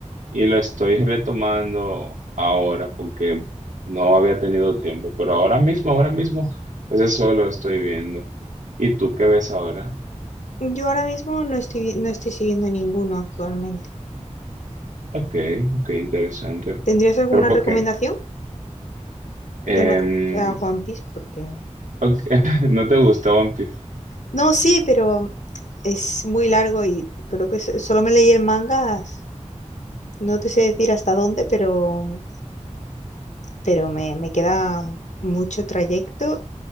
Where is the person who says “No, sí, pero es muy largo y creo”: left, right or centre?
Left